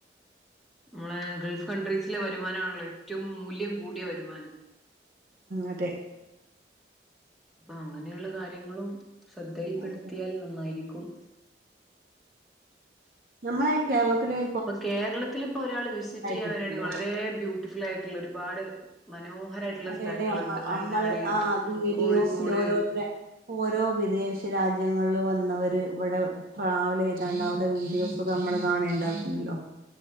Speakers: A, in the centre; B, on the right.
A: അതെ ഗൾഫ് കൺട്രീസിലെ വരുമാനാണല്ലോ, ഏറ്റും മൂല്യം കൂടിയ വരുമാനം.
B: അതെ.
A: അങ്ങനെയുള്ള കാര്യങ്ങളും- ശ്രദ്ധയിൽപ്പെടുത്തിയാൽ-
B: അതെ
A: നന്നായിരിക്കും.
B: നമ്മള കേരളത്തിലെ-
A: കേരളത്തില് ഇപ്പോ ഒരാള് വിസിറ്റ് ചെയ്യാൻ
B: കിട്ടുമല്ലോ
A: വരാവാണെങ്കി, വളരെ ബ്യൂട്ടിഫുൾ ആയിട്ടുള്ള ഒരുപാട്, മനോഹരായിട്ടുള്ള
B: അതെ
A: സ്ഥലങ്ങളുണ്ട്.
B: അതെ അമ്മ
A: വയനാട്,
B: നമ്മൾ ആ വീഡിയോസിൽ
A: കോഴിക്കോട്,
B: ഓരോരുത്തരെ ഓരോ വിദേശ രാജ്യങ്ങളിൽ വന്നവര് ഇവിടെ- ട്രാവൽ ചെയ്താണ്ട് അവിടെ- വീഡിയോസ ഒക്കെ നമ്മള്- കാണേണ്ടായിരുന്നല്ലോ.